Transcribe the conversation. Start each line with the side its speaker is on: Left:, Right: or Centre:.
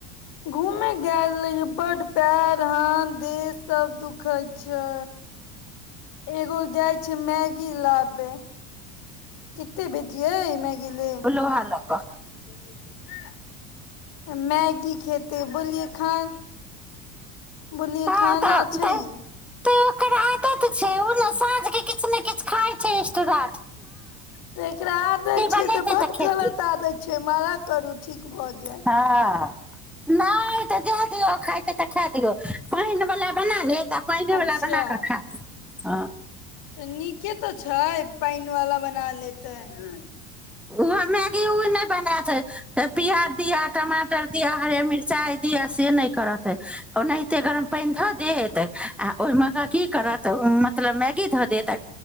Left: घूमे गैल रहियै बड पैर हाथ देह सब दुखाय छै एगो जाय छियै मैगी लाबे कते भेजियै मैगी मैगी
Centre: लोहा लऽ कऽ
Left: ले मैगी खे तऽ बोललियै खान बोलिए
Centre: हँ
Left: खाना
Centre: तऽ
Left: छै
Centre: तऽ
Left: हे
Centre: तऽ ओकर आदत छै ओ ने साँझ के किछ ने किछ खाय छै एक्सट्रा
Left: तऽ एकरा आदत छै
Centre: बनेतै
Left: तऽ बड
Centre: खेतै
Left: गलत आदत छै मना करू ठीक भऽ जैत
Centre: हँ नहि तऽ जाए दियौ खाइ छै तऽ खा दियौ पानि वला बना लेत तऽ पाइनेेवला
Left: अच्छा
Centre: बना कऽ खा ह
Left: तऽ नीके तऽ छै पानि वाला बना लेतै ह
Centre: ओहो मैगी ओ नहि बनेतै तऽ प्याज दिअ टमाटर दिअ हर मिर्चाइ दिअ से नहि करत ओनाहिते गरम पानि धऽ देत आ ओहिमेके की करत मतलब मैगी धऽ देत आ